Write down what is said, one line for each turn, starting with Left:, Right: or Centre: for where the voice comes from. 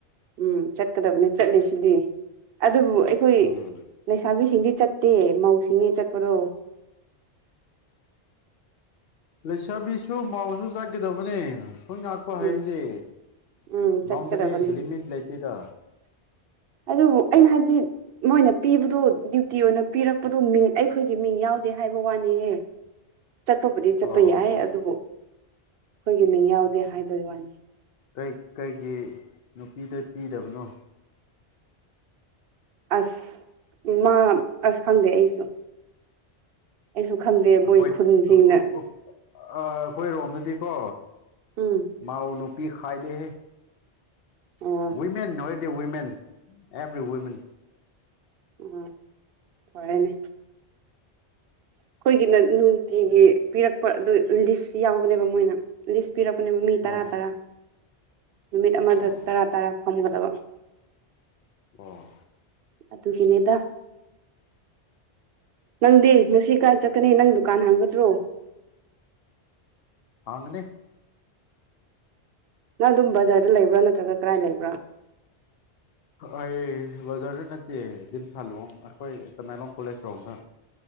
Right: ꯎꯝ ꯆꯠꯀꯗꯕꯅꯦ ꯆꯠꯂꯤꯁꯤꯗꯤ ꯑꯗꯨꯕꯨ ꯑꯩꯈꯣꯏ
Left: ꯎꯝ
Right: ꯂꯩꯁꯥꯕꯤꯁꯤꯡꯗꯤ ꯆꯠꯇꯦ ꯃꯧꯁꯤꯡꯅꯦ ꯆꯠꯄꯗꯣ
Left: ꯂꯩꯁꯥꯕꯤꯁꯨ ꯃꯧꯎꯁꯨ ꯆꯠꯀꯗꯕꯅꯦ ꯈꯨꯟ ꯉꯥꯛꯄ
Right: ꯎꯝ
Left: ꯍꯥꯏꯕꯗꯤ
Right: ꯎꯝ ꯆꯠꯀꯗꯕꯅꯤ
Left: ꯕꯥꯎꯟꯗꯔꯤ ꯂꯤꯃꯤꯠ ꯂꯩꯇꯦꯗ
Right: ꯑꯗꯨꯕꯨ ꯑꯩꯅ ꯍꯥꯏꯕꯗꯤ ꯃꯣꯏꯅ ꯄꯤꯕꯗꯣ ꯗ꯭ꯌꯨꯇꯤ ꯑꯣꯏꯅ ꯄꯤꯔꯛꯄꯗꯣ ꯃꯤꯡ ꯑꯩꯈꯣꯏꯒꯤ ꯃꯤꯡ ꯌꯥꯎ ꯗꯦ ꯍꯥꯏꯕ ꯋꯥꯅꯤꯍꯦ ꯆꯠꯄꯕꯨꯗꯤ ꯆꯠꯄ
Left: ꯑꯣ
Right: ꯌꯥꯏ ꯑꯗꯨꯕꯨ ꯑꯩꯈꯣꯏꯒꯤ ꯃꯤꯡ ꯌꯥꯎꯗꯦ ꯍꯥꯏꯕꯒꯤ ꯋꯥꯅꯤ
Left: ꯩ ꯀꯩ ꯀꯩꯒꯤ ꯅꯨꯄꯤꯗ ꯄꯤꯗꯕꯅꯣ
Right: ꯑꯁ ꯏꯃꯥ ꯑꯁ ꯈꯪꯗꯦ ꯑꯩꯁꯨ ꯑꯩꯁꯨ ꯈꯪꯗꯦ ꯃꯣꯏ
Left: ꯑꯩꯈꯣꯏ
Right: ꯈꯨꯟꯁꯤꯡꯅ
Left: ꯑꯧ ꯑꯧ ꯑ ꯑꯩꯈꯣꯏ ꯔꯣꯝꯗꯗꯤꯀꯣ
Right: ꯎꯝ
Left: ꯃꯧꯎ ꯅꯨꯄꯤ ꯈꯥꯏꯗꯦꯍꯦ
Right: ꯑꯣ
Left: ꯋꯤꯃꯦꯟ ꯑꯣꯏꯗꯤ ꯋꯤꯃꯦꯟ ꯑꯦꯕ꯭ꯔꯤ ꯋꯨꯃꯦꯟ
Right: ꯎꯝ ꯐꯔꯦꯅꯦ ꯑꯩꯈꯣꯏꯒꯤꯅ ꯅꯨꯡꯇꯤꯒꯤ ꯄꯤꯔꯛꯄ ꯑꯗꯨ ꯂꯤꯁ ꯌꯥꯎꯕꯅꯦꯕ ꯃꯣꯏꯅ ꯂꯤꯁ ꯄꯤꯔꯛꯄꯅꯦꯕ ꯃꯤ ꯇꯔꯥ
Left: ꯑꯣ
Right: ꯇꯔꯥ ꯅꯨꯃꯤꯠ ꯑꯃꯗ
Left: ꯑꯣ
Right: ꯇꯔꯥ ꯇꯔꯥ ꯐꯝꯒꯗꯕ <inaudible>
Left: ꯑꯣ
Right: ꯑꯗꯨꯒꯤꯅꯤꯗ ꯅꯪꯗꯤ ꯉꯁꯤ ꯀꯗꯥꯥꯏ ꯆꯠꯀꯅꯤ ꯅꯪ ꯗꯨꯀꯥꯟ ꯍꯥꯡꯒꯗ꯭ꯔꯣ
Left: ꯍꯥꯡꯒꯅꯤ
Right: ꯅꯪ ꯑꯗꯨꯝ ꯕꯖꯥꯔꯗ ꯂꯩꯕ꯭ꯔꯥ ꯅꯠꯇ꯭ꯔꯒ ꯀꯗꯥꯥꯏ ꯂꯩꯕ꯭ꯔꯥ
Left: ꯑꯩ ꯕꯖꯔꯗ ꯅꯠꯇꯦ ꯗꯤꯝ ꯊꯥꯂꯣꯡ ꯑꯩꯈꯣꯏ ꯇꯃꯦꯡꯂꯣꯡ ꯀꯣꯂꯦꯖ ꯔꯣꯝꯗ